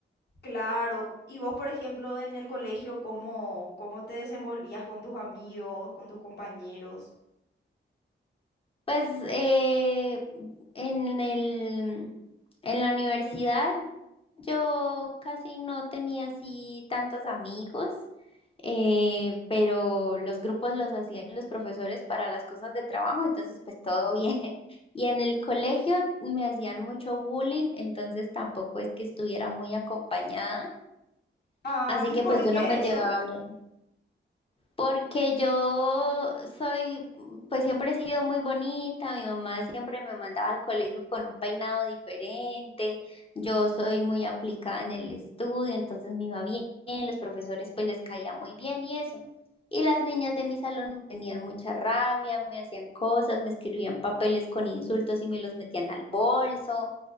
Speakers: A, on the left (about 55°); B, on the left (about 30°).
A: Claro. Y vos, por ejemplo, en el colegio, ¿cómo, cómo te desenvolvías con tus amigos, con tus compañeros?
B: Pues eh, en el, en la universidad Yo casi no tenía así tantos amigos, eh, pero los grupos los hacían los profesores para las cosas de trabajo, entonces pues todo bien. <laughs> Y en el colegio me hacían mucho bullying, entonces tampoco es que estuviera muy acompañada,
A: Ah,
B: así
A: ¿y
B: que
A: por
B: pues yo
A: qué
B: no me
A: eso?
B: llevaba bien. Porque yo soy, pues siempre he sido muy bonita, mi mamá siempre me mandaba al colegio con un peinado diferente, yo soy muy aplicada en el estudio, entonces me iba bien, los profesores pues les caía muy bien y eso. Y las niñas de mi salón me tenían mucha rabia, me hacían cosas, me escribían papeles con insultos y me los metían al bolso.